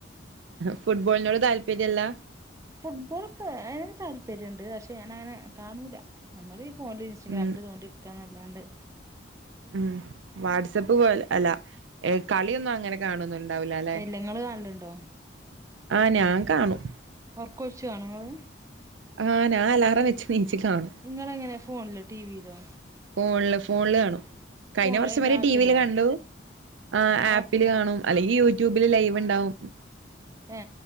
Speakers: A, on the right; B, on the right.
A: ഫുട്ബോളിനോട് താല്പര്യംല്ല?
B: ഫുട്ബോളൊക്കെ അതിന് താല്പര്യമുണ്ട്, പക്ഷേ ഞാനങ്ങനെ കാണൂല്ല. നമ്മള് ഈ ഫോണില് ഇൻസ്റ്റാഗ്രാമില്തോണ്ടിരിക്കാ
A: ഉം
B: നല്ലാണ്ട്.
A: ഉം വാട്സപ്പ് പോലെ, അല്ല കളിയൊന്നും അങ്ങനെ കാണൊന്നും ഇണ്ടാവൂല്ല അല്ലെ?
B: ങ്ങള് കനാലുണ്ടോ?
A: ആഹാ ഞാൻ കാണും.
B: ഒറക്കൊഴിച് കാനോ ഇങ്ങള്?
A: ആഹാ ഞാന് അലാറം വെച്ച് നീച്ച കാണും.
B: നിങ്ങള എങ്ങനെ ഫോണിലോ, ടി വിയിലോ?
A: ഫോണില്, ഫോണില് കാണും. കഴിഞ്ഞ
B: ഫോണില്
A: വർഷം
B: ഏത്
A: വരെ
B: ആപ്പിലോ
A: ടിവിൽ കണ്ടു. ആഹാ
B: ആഹ്
A: ആപ്പില്
B: പിന്നെ
A: കാണും, അല്ലെങ്കിൽ യൂട്യൂബില് ലൈവ് ഉണ്ടാവും.
B: ഹേ...